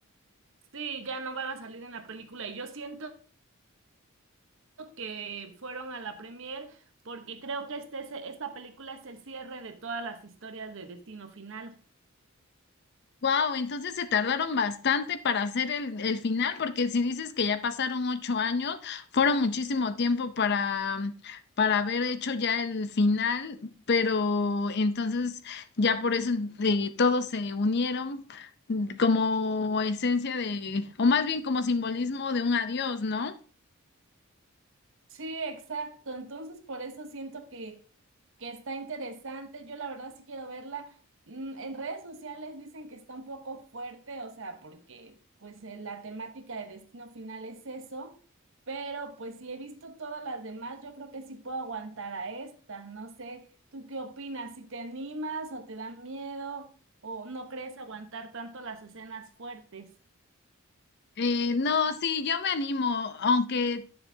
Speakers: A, on the right (about 60°); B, on the left (about 50°).
A: Sí, ya no van a salir en la película y yo siento que fueron a la premier porque creo que este, es- esta película es el cierre de todas las historias de Destino Final.
B: Wow, entonces se tardaron bastante para hacer el, el final, porque si dices que ya pasaron ocho años, fueron muchísimo tiempo para, para haber hecho ya el final, pero entonces ya por eso eh, todos se unieron mm, como esencia de, o más bien como simbolismo de un adiós, ¿no?
A: Sí, exacto. Entonces, por eso siento que, que está interesante. Yo la verdad sí quiero verla. Mm, En redes sociales dicen que está un poco fuerte, o sea, porque pues eh, la temática de Destino Final es eso, pero pues si he visto todas las demás, yo creo que sí puedo aguantar a esta. No sé, ¿tú qué opinas? ¿Si te animas o te da miedo o no crees aguantar tanto las escenas fuertes?
B: Eh, no, sí, yo me animo, aunque